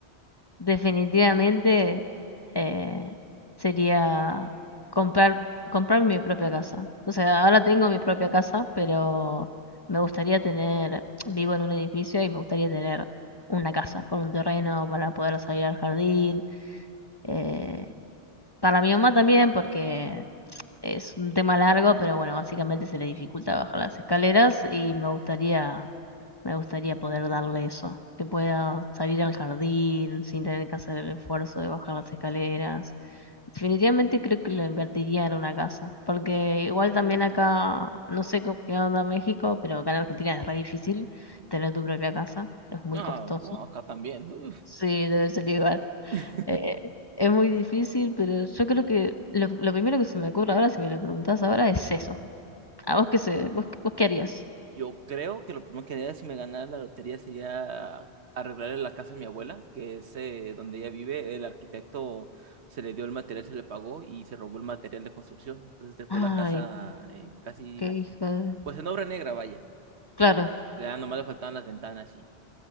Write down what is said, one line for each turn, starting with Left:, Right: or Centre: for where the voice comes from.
Left: definitivamente eh, sería comprar, comprar mi propia casa. O sea, ahora tengo mi propia casa, pero me gustaría tener, vivo en un edificio y me gustaría tener una casa con un terreno para poder salir al jardín. eh, para mi mamá también, porque es un tema largo, pero bueno, básicamente se le dificulta bajar las escaleras y me gustaría me gustaría poder darle eso, que pueda salir al jardín sin tener que hacer el esfuerzo de bajar las escaleras. Definitivamente creo que lo invertiría en una casa, porque igual también acá, no sé co- qué onda México, pero acá en Argentina es re difícil tener tu propia casa, es muy
Right: No,
Left: costoso.
Right: no, acá también. Uf.
Left: Sí, debe ser igual.
Right: <laughs>
Left: Eh, es muy difícil, pero yo creo que lo, lo primero que se me ocurre ahora, si me lo preguntás ahora, es eso. ¿A vos qué se, vos, vos qué harías?
Right: Yo creo que lo primero que haría si me ganara la lotería sería arreglarle la casa a mi abuela, que es eh, donde ella vive. El arquitecto se le dio el material, se le pagó y se robó el material de construcción. Entonces dejó
Left: Ay,
Right: la casa eh, casi,
Left: qué hijo de...
Right: pues en obra negra, vaya.
Left: Claro.
Right: Ya nomás le faltaban las ventanas